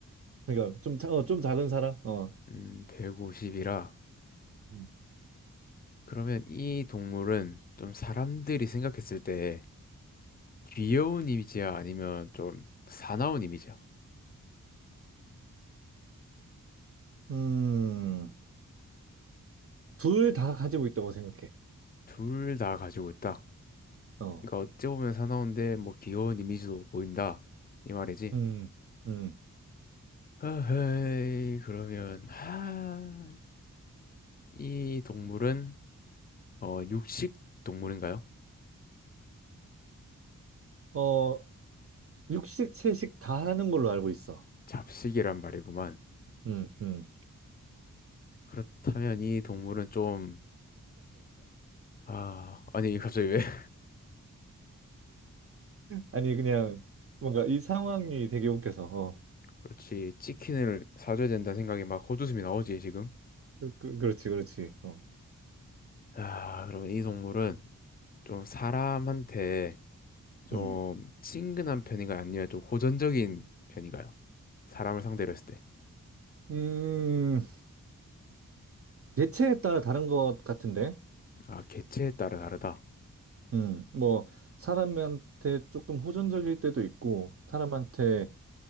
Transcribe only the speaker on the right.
그러니까 좀, 자- 어, 좀 작은 사람? 어.
음,
음. 둘 다 가지고 있다고 생각해.
어.
음, 음.
어... 육식, 채식 다 하는 걸로 알고 있어.
음, 음.
아니, 그냥 뭔가 이 상황이 되게 웃겨서. 어.
그, 그- 그렇지, 그렇지. 어.
음.
음, 체에 따라 다른 것 같은데.
음, 뭐, 사람한테 조금 호전적일 때도 있고, 사람한테